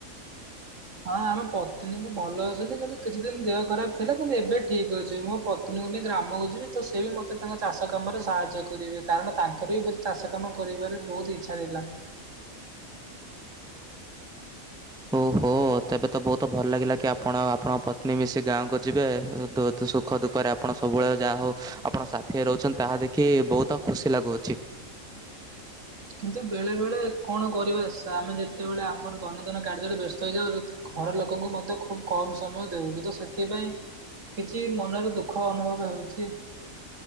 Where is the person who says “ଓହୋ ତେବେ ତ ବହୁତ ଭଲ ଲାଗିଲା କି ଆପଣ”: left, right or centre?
Centre